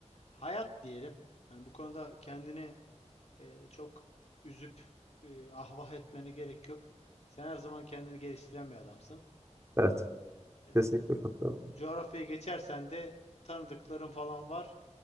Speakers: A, on the left (about 60°); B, on the right (about 25°).
A: hayat diyelim. Hani bu konuda kendini e, çok üzüp e, ahvah etmene gerek yok. Sen her zaman kendini geliştiren bir adamsın.
B: Evet
A: E,
B: kesinlikle katılıyorum.
A: coğrafyaya geçersen de tanıdıkların falan var.